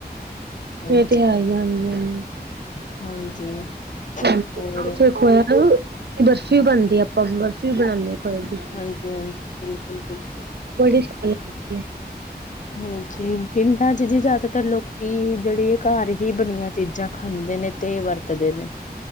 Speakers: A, on the left (about 50°); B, on the right (about 80°).
A: ਹਾਂਜੀ
B: ਇਹ ਤੇ ਹੈ ਈ ਐ ਹਾਂਜੀ ਹਾਂਜੀ।
A: ਹਾਂਜੀ
B: <unintelligible>
A: ਹੋਰ
B: ਨਾ ਬਰਫ਼ੀ ਬਣਦੀ ਐ ਆਪਾਂ ਬਰਫ਼ੀ ਬਣਾਦੇ ਆ ਖੋਏ ਦੀ।
A: ਹਾਂਜੀ-ਹਾਂਜੀ, ਬਿਲਕੁਲ-ਬਿਲਕੁਲ।
B: ਬੜੀ ਸਬਾਦ ਲੱਗਦੀ ਆ।
A: ਹਾਂਜੀ ਪਿੰਡਾਂ ਚ ਜੀ ਜ਼ਿਆਦਾਤਰ ਲੋਕੀ ਜਿਹੜੇ ਘਰ ਹੀ ਬਣੀਆਂ ਚੀਜ਼ਾਂ ਖਾਂਦੇ ਨੇ ਤੇ ਵਰਤਦੇ ਨੇ।